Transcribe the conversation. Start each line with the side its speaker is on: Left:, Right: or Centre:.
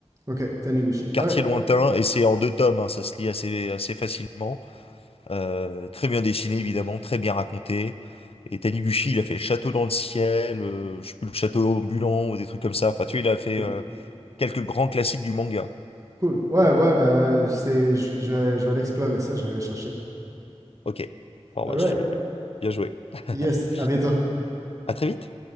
Right: Ok, Taniguchi.
Left: Quartier
Right: Ouais,
Left: lointain, et c'est en deux tomes, hein, ça se lit assez, assez facilement. Euh, très bien dessiné, évidemment, très bien raconté. Et Taniguchi, il a fait Château dans le ciel, euh, je sais plus, le Château ambulant ou des trucs comme ça. Enfin, tu vois, il a fait
Right: cool.
Left: euh, quelques grands classiques du manga.
Right: Cool. Ouais, ouais, bah, c'est, je je vais, je vais aller explorer ça, je vais aller chercher.
Left: Ok. Bon,
Right: Alright,
Left: bah, je... Bien joué. <laughs>
Right: yes, à bientôt.
Left: À très vite.